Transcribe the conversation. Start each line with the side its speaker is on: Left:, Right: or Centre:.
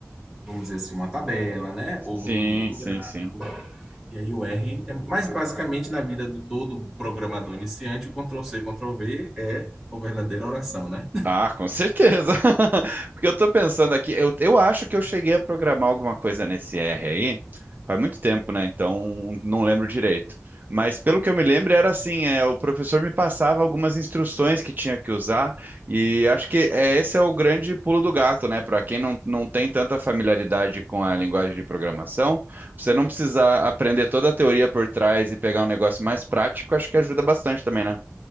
Centre: vamos dizer assim, uma tabela, né?
Right: Sim,
Centre: Ou um,
Right: sim,
Centre: um gráfico.
Right: sim.
Centre: E aí o R é, mais basicamente na vida do todo programador iniciante, o Ctrl C, Ctrl V é a verdadeira oração, né?
Right: Ah, com certeza. <laughs> Porque eu tô pensando aqui, eu, eu acho que eu cheguei a programar alguma coisa nesse R aí. Faz muito tempo, né? Então não lembro direito. Mas pelo que eu me lembro, era assim, é, o professor me passava algumas instruções que tinha que usar, e acho que é, esse é o grande pulo do gato, né? Para quem não, não tem tanta familiaridade com a linguagem de programação, você não precisar aprender toda a teoria por trás e pegar um negócio mais prático, acho que ajuda bastante também, né?